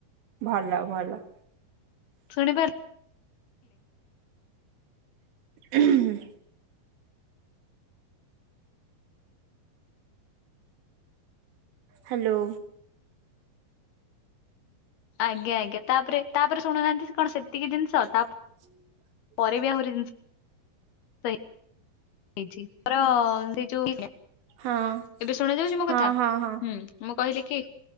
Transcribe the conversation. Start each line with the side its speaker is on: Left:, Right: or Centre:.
Right: ଭଲ ଭଲ।
Left: ଶୁଣିପାରିଲି
Right: ଉହୁଁ। ହ୍ୟାଲୋ।
Left: ଆଜ୍ଞା ଆଜ୍ଞା ତାପରେ ତାପରେ ଶୁଣୁ ନାହାନ୍ତି କଣ ସେତିକି ଜିନିଷ ତାପରେ
Right: ହୁଁ।
Left: ପରେ ବି ଆହୁରି <unintelligible> ଜିନିଷ <unintelligible> ଏଇ ଯୋଉ
Right: ହଁ
Left: ଏବେ ଶୁଣା ଯାଉଛି ମୋ
Right: ହଁ
Left: କଥା
Right: ହଁ ହଁ
Left: ହୁଁ ମୁଁ କହିଲି କି